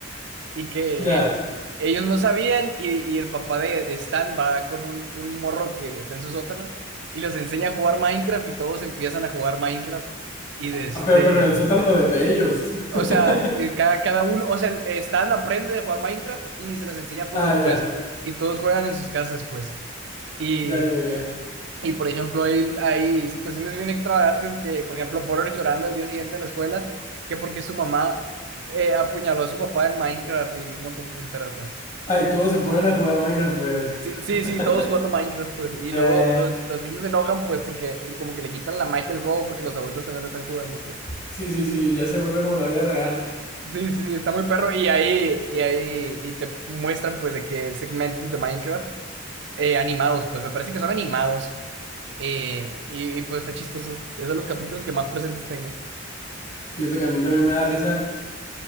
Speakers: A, on the right (about 60°); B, on the left (about 35°).
A: y que
B: ya.
A: ellos no sabían y, y el papá de, de Stan va con un, un morro que está en su sótano y los enseña a jugar Minecraft y todos empiezan a jugar Minecraft y de este,
B: Ah, pero, pero en el sótano de, de ellos. <laughs>
A: o sea, eh, cada, cada uno, o sea, el- eh, Stan aprende a jugar Minecraft y se los enseña a todos
B: Ah, ya.
A: pues y todos juegan en sus casas pues y...
B: Ya, ya, ya. ya.
A: Y por ejemplo, hay, hay situaciones bien extravagantes que, por ejemplo, Porter llorando el día siguiente en la escuela, que porque su mamá eh, apuñaló a su papá en Minecraft y un montón de tonteras. ¿no?
B: Ah, y todos se ponen a jugar Minecraft, pues.
A: Sí, sí,
B: <laughs>
A: sí, todos jugando Minecraft, pues, y
B: Ya,
A: luego
B: ya,
A: los,
B: ya.
A: los niños se enojan, pues, porque como que le quitan la magia al juego, porque los adultos también lo están jugando, pues.
B: Sí, sí, sí, ya se vuelve como la vida real.
A: Sí, sí, sí, está muy perro, y ahí, y ahí, y te muestran, pues, de que segmentos de Minecraft eh, animados, pues, me parece que son animados, eh, y, y, pues, está chistoso, es de los capítulos que más presentes tengo.
B: Fíjate que a mí también me da risa